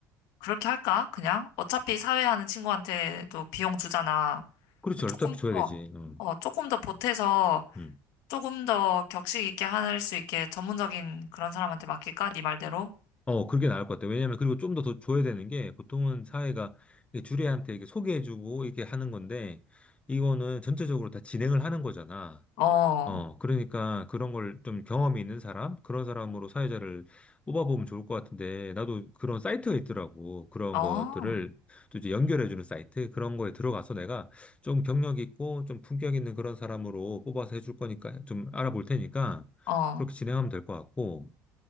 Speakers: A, on the left; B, on the left.
A: 그렇게 할까? 그냥? 어차피 사회하는 친구한테도 비용 주잖아.
B: 그렇지, 어차피
A: 조금,
B: 줘야
A: 어,
B: 되지. 응.
A: 어, 조금 더 보태서
B: 음.
A: 조금 더 격식 있게 할 수 있게 전문적인 그런 사람한테 맡길까? 네 말대로?
B: 어, 그게 나을 것 같아. 왜냐면 그리고 좀 더 더 줘야 되는 게 보통은 사회가 이게 주례한테 이렇게 소개해주고 이렇게 하는 건데 이거는 전체적으로 다 진행을 하는 거잖아.
A: 어, 어,
B: 어, 그러니까 그런 걸 좀 경험이 있는 사람, 그런 사람으로 사회자를 뽑아보면 좋을 것 같은데, 나도 그런 사이트가 있더라고. 그런
A: 어,
B: 것들을 또 이제 연결해주는 사이트, 그런 거에 들어가서 내가 좀 경력 있고 좀 품격 있는 그런 사람으로 뽑아서 해줄 거니까 좀 알아볼 테니까
A: 어,
B: 그렇게 진행하면 될 것 같고,